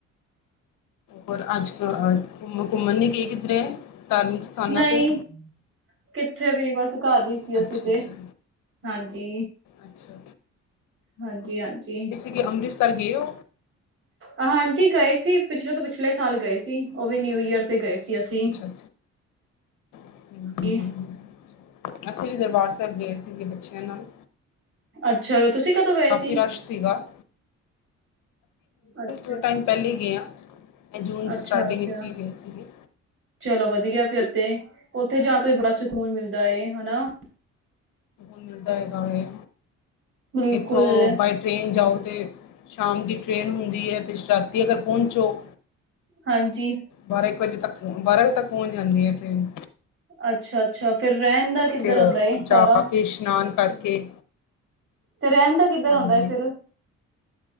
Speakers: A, on the left (about 85°); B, on the right (about 45°).
A: ਔਰ ਅੱਜ ਕ ਘੁੰ ਘੁੰਮਣ ਨੀ ਗਏ ਕਿੱਧਰੇ। ਧਾਰਮਿਕ ਸਥਾਨਾਂ
B: ਨਹੀਂ,
A: 'ਤੇ।
B: ਕਿੱਥੇ ਵੀ ਨੀ ਬਸ ਘਰ ਹੀ
A: ਅੱਛਾ
B: ਸੀ ਅਸੀਂ ਤੇ
A: ਅੱਛਾ
B: ਹਾਂਜੀ।
A: ਅੱਛਾ ਅੱਛਾ
B: ਹਾਂਜੀ ਹਾਂਜੀ।
A: ਤੁਸੀਂ ਅੰਮ੍ਰਿਤਸਰ ਗਏ ਓ।
B: ਹਾਂਜੀ ਗਏ ਸੀ ਪਿਛਲੇ ਤੋਂ ਪਿਛਲੇ ਸਾਲ ਗਏ ਸੀ ਉਹ
A: ਅੱਛਾ
B: ਵੀ ਨਿਊ ਈਅਰ ਤੇ ਗਏ ਸੀ ਅਸੀਂ।
A: ਅੱਛਾ। ਹਮ, ਹਮ,
B: <unintelligible>
A: ਹਮ, ਹਮ। ਅਸੀਂ ਵੀ ਦਰਬਾਰ ਸਾਹਿਬ ਗਏ ਸੀਗੇ ਬੱਚਿਆਂ ਨਾਲ।
B: ਅੱਛਾ ਤੁਸੀਂ ਕਦੋਂ ਗਏ
A: ਕਾਫੀ
B: ਸੀ?
A: ਰਸ਼ ਸੀਗਾ
B: ਅੱਛਾ,
A: ਥੋੜਾ ਟਾਈਮ ਪਹਿਲੇ ਹੀ ਗਏ ਆ। ਇਹ ਜੂਨ ਦੀ
B: ਅੱਛਾ
A: ਸਟਾਰਟਿੰਗ
B: ਅੱਛਾ,
A: ਵਿੱਚ ਸੀਗੇ
B: ਚਲੋ ਵਧੀਆ ਫੇਰ ਤੇ ਉੱਥੇ ਜਾ ਕੇ ਵੀ ਬੜਾ ਸਕੂਨ ਮਿਲਦਾ ਹਨਾ।
A: ਮਿਲਦਾ ਹੈਗਾ ਵੈ
B: ਬਿਲਕੁਲ।
A: ਇੱਥੋਂ ਬਾਈ, ਟ੍ਰੇਨ ਜਾਓ ਤੇ ਸ਼ਾਮ ਦੀ ਟ੍ਰੇਨ ਹੁੰਦੀ ਐ ਤੇ ਰਾਤੀ ਅਗਰ ਪਹੁੰਚੋ।
B: ਹਾਂਜੀ,
A: ਬਾਰਾਂ ਇੱਕ ਵਜੇ ਤੱਕ ਬਾਰਾਂ ਵਜੇ ਤੱਕ ਪਹੁੰਚ ਜਾਂਦੀ ਐ ਟ੍ਰੇਨ।
B: ਅੱਛਾ ਅੱਛਾ, ਫੇਰ ਰਹਿਣ ਦਾ। ਕਿੱਧਰ
A: ਫਿਰ
B: ਹੁੰਦਾ ਏ ਸਾਰਾ?
A: ਜਾ ਕੇ ਇਸ਼ਨਾਨ ਕਰਕੇ
B: ਤੇ ਰਹਿਣ ਦਾ ਕਿੱਧਰ
A: ਹਾਂਜੀ
B: ਹੁੰਦਾ ਫਿਰ।